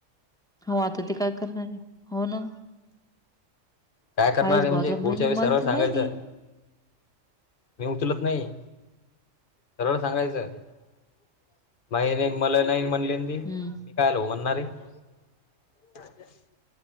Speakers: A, in the centre; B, on the left.
A: हो आता ते काय करणार? हो ना.
B: काय करणार
A: हायच
B: आहे
A: बा
B: म्हणजे
A: आता
B: पुढच्या वेळी सर्व
A: मला
B: सांगायचं.
A: तर माहिती आहे
B: मी उचलत नाही, सर्व सांगायचं <unintelligible>
A: हम्म
B: <unintelligible>